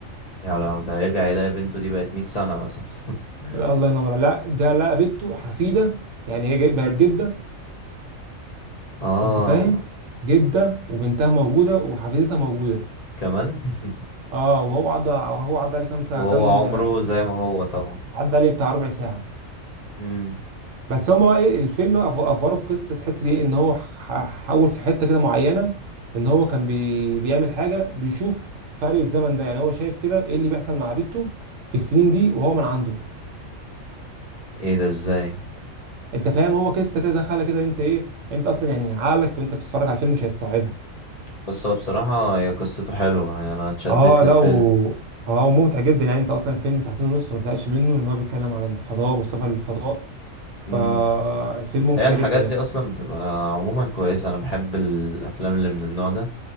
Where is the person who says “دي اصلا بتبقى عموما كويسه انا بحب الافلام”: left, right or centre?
Left